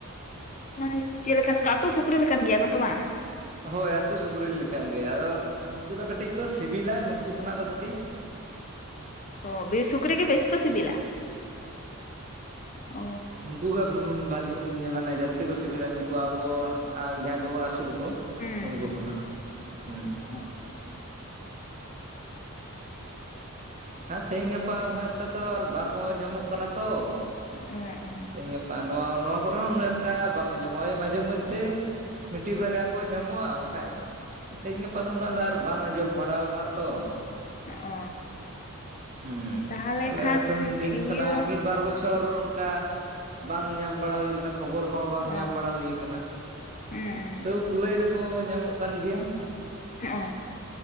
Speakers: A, on the left; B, on the right.
A: ᱢᱟᱱᱮ ᱪᱮᱫᱞᱮᱠᱟᱱ ᱠᱚ ᱟᱛᱚ ᱥᱩᱠᱨᱤ ᱞᱮᱠᱟᱱ ᱜᱮᱭᱟ ᱠᱚ ᱛᱚ ᱵᱟᱝ?
B: ᱦᱳᱭᱛᱳ ᱥᱩᱠᱨᱤᱞ ᱞᱮᱠᱟᱱ ᱜᱮ ᱟᱫᱚ ᱩᱱᱠᱩ ᱫᱚ ᱠᱟᱹᱴᱤᱡ ᱠᱚ ᱥᱤᱵᱤᱞᱟ ᱱᱩᱠᱩ ᱠᱷᱚᱱᱟᱜ ᱫᱚ ᱠᱟᱹᱴᱤᱡᱼᱼ
A: ᱚ ᱵᱤᱨ ᱥᱩᱠᱨᱤ ᱜᱤ ᱵᱮᱥᱤ ᱠᱚ ᱥᱤᱵᱤᱞᱟ? ᱚ
B: ᱩᱱᱠᱩᱜᱮ ᱩᱸᱻ ᱵᱷᱟᱹᱞᱤ ᱠᱚ ᱧᱟᱢᱮ ᱢᱟᱱᱮ ᱡᱟᱹᱥᱛᱤ ᱠᱚ ᱥᱤᱵᱤᱞᱟ ᱱᱩᱠᱩ ᱟᱵᱚ ᱡᱟᱦᱟᱸᱭ ᱠᱚᱵᱚᱱ ᱟᱥᱩᱞ ᱠᱚ᱾
A: ᱦᱩᱸ
B: ᱩᱱᱠᱩ
A: ᱦᱩᱸ
B: ᱠᱷᱚᱱᱟᱜ ᱦᱩᱸ᱾
A: ᱚ
B: ᱦᱟᱸ ᱛᱮᱦᱤᱧ ᱜᱟᱯᱟ ᱩᱱᱟᱹᱜ ᱴᱟ ᱛᱚ ᱟᱨ ᱵᱟᱠᱚ ᱧᱟᱢᱚᱜ ᱠᱟᱱᱟ ᱛᱚ᱾
A: ᱮᱸ ᱻᱮᱸ
B: ᱛᱮᱦᱮᱧ ᱜᱟᱯᱟ ᱱᱚᱣᱟ ᱱᱚᱣᱟ ᱠᱚᱨᱮ ᱦᱚᱸ ᱩᱱᱟᱹᱜ ᱴᱟ ᱵᱟᱠᱚ ᱧᱟᱢᱚᱜᱼᱟ ᱮ ᱢᱟᱡᱷᱮ ᱢᱚᱫᱫᱷᱮᱼᱼ ᱢᱤᱡᱤᱜ ᱵᱟᱨᱭᱟ ᱠᱚ ᱧᱟᱢᱚᱜᱼᱟ ᱵᱟᱠᱷᱟᱡᱼᱼ ᱛᱮᱦᱮᱧ ᱜᱟᱯᱟ ᱫᱚ ᱩᱱᱟᱹᱜ ᱫᱚ ᱟᱨ ᱵᱟᱝ ᱟᱸᱡᱚᱢ ᱵᱟᱲᱟᱣ ᱠᱟᱱᱟ ᱛᱚ᱾
A: ᱚ
B: ᱦᱩᱸ
A: ᱛᱟᱦᱚᱞᱮ
B: ᱛᱟᱦᱞᱮ
A: ᱠᱷᱟᱱ
B: ᱛᱩᱱᱫᱤᱱ
A: ᱤᱭᱟᱹ
B: ᱠᱷᱚᱱᱟᱜ ᱢᱤᱫ ᱵᱟᱨ ᱵᱚᱪᱷᱚᱨᱼᱼ ᱵᱚᱪᱷᱚᱨ ᱚᱱᱠᱟ ᱵᱟᱝ ᱧᱟᱢ ᱵᱟᱲᱟ ᱦᱩᱭᱠᱟᱱᱟ ᱠᱷᱚᱵᱚᱨ ᱦᱚᱸ ᱵᱟᱝ
A: ᱚ
B: ᱧᱟᱢ ᱵᱟᱲᱟ ᱦᱩᱭ ᱠᱟᱱᱟ
A: ᱩᱸ ᱩᱸ ᱩᱸ
B: ᱛᱟᱹᱼᱼ ᱠᱩᱞᱟᱹᱭ ᱫᱟᱠᱚ ᱧᱟᱢᱚᱜ ᱠᱟᱱ ᱜᱮᱭᱟ᱾
A: ᱚ